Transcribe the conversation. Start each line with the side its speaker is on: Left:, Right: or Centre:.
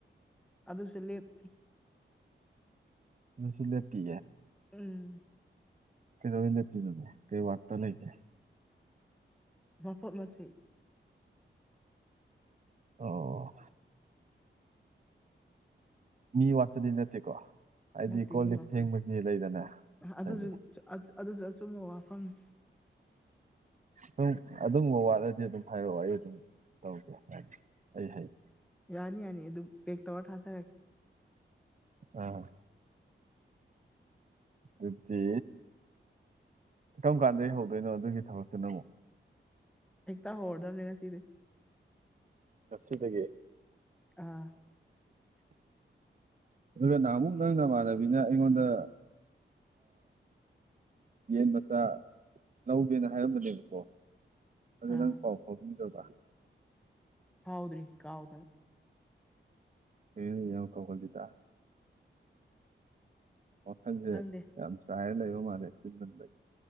Centre: ꯑꯗꯨꯁꯨ ꯂꯦꯞꯄꯤ
Right: ꯑꯗꯨꯁꯨ ꯂꯦꯞꯇꯤ
Centre: ꯎꯝ
Right: ꯂꯩꯗꯧꯕꯩ ꯂꯦꯞꯄꯤꯅꯣ ꯀꯩ ꯋꯥꯠꯄꯥ ꯂꯩꯒꯦ
Centre: ꯃꯄꯣꯠ ꯃꯁꯩ
Right: ꯑꯣ ꯃꯤ ꯋꯥꯠꯕꯗꯤ ꯅꯠꯇꯦꯀꯣ ꯍꯥꯏꯗꯤ
Centre: ꯅꯠꯇꯦ
Right: ꯀꯣꯜ
Centre: ꯃꯤ
Right: ꯂꯤꯞ
Centre: ꯋꯥꯠꯄꯗꯤ
Right: ꯐꯦꯡꯕꯒꯤ ꯂꯩꯗꯅ
Centre: ꯑꯗꯨꯁꯨ
Right: ꯉꯥꯏꯒꯤ
Centre: ꯑꯗꯨꯁꯨ ꯑꯆꯨꯝꯕ ꯋꯥꯐꯝꯅꯤ
Right: ꯁꯨꯝ ꯑꯗꯨꯝꯕ ꯋꯥꯠꯂꯗꯤ ꯑꯗꯨꯝ ꯍꯥꯏꯔꯛꯑꯣ ꯑꯩ ꯑꯗꯨꯝ ꯇꯧꯒꯦ ꯍꯥꯏ ꯑꯩ ꯍꯩ
Centre: ꯌꯥꯅꯤ ꯌꯥꯅꯤ ꯑꯗꯨꯝ ꯄꯦꯛ ꯇꯧꯔ ꯊꯥꯖꯔꯛꯀꯦ
Right: ꯑ ꯑꯗꯨꯗꯤ ꯀꯔꯝ ꯀꯥꯟꯗꯩ ꯍꯧꯗꯣꯏꯅꯣ ꯑꯗꯨꯒꯤ ꯊꯕꯛꯇꯨꯅ ꯑꯃꯨꯛ
Centre: ꯍꯦꯛꯇꯥ ꯍꯧꯔꯗꯧꯅꯤ ꯉꯥꯁꯤꯗꯩꯩ
Right: ꯉꯁꯤꯗꯒꯤ
Centre: ꯑꯥ <unintelligible>
Right: ꯑꯗꯨꯒ ꯅꯍꯥꯃꯨꯛ ꯅꯪ ꯅꯃꯥꯟꯅꯕꯤꯅ ꯑꯩꯉꯣꯟꯗ ꯌꯦꯟ ꯃꯆꯥ ꯂꯧꯒꯦꯅ ꯍꯥꯏꯔꯝꯕꯅꯦꯕꯀꯣ ꯑꯗꯨ
Centre: ꯑꯥ
Right: ꯅꯪ ꯄꯥꯎ ꯐꯥꯎꯕꯤꯔꯕ
Centre: ꯐꯥꯎꯗ꯭ꯔꯤ ꯀꯥꯎꯗꯅ
Right: ꯀꯔꯤꯅꯣ ꯅꯪꯅ ꯑꯗꯨꯛ ꯌꯥꯝ ꯀꯥꯎꯀꯜꯂꯤꯗꯣ ꯋꯥꯈꯥꯜꯁꯦ
Centre: ꯈꯪꯗꯦ
Right: ꯌꯥꯝ ꯆꯥꯏꯔ ꯂꯩꯕ ꯃꯥꯜꯂꯦ ꯆꯤꯟꯃꯟ ꯕꯩ